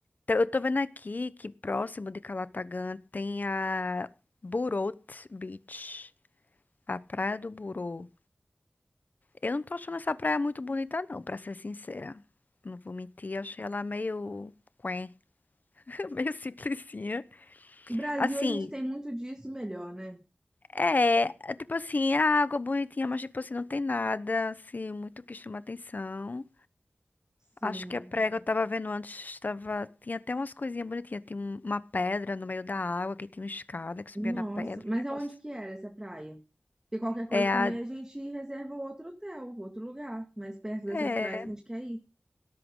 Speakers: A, on the left; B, on the right.
A: Tá, eu tô vendo aqui que próximo de Calatagan tem a Burot Beach, a Praia do Burô. Eu não tô achando essa praia muito bonita, não, pra ser sincera. Não vou mentir, achei ela meio quen, <laughs> meio simplesinha.
B: No Brasil,
A: Assim,
B: a gente tem muito disso e melhor, né?
A: é, é tipo assim, a água é bonitinha, mas tipo assim, não tem nada, assim, muito que chama atenção.
B: Sim.
A: Acho que a prega eu tava vendo antes, tava... tinha até umas coisinhas bonitinhas. Tinha um- uma pedra no meio da água, que tinha uma escada que subia
B: Nossa.
A: na pedra,
B: Mas
A: um negócio.
B: aonde que era essa praia? Porque qualquer coisa
A: É
B: também
A: a.
B: a gente reserva outro hotel, outro lugar, mais perto dessas
A: É,
B: praias que a gente quer ir.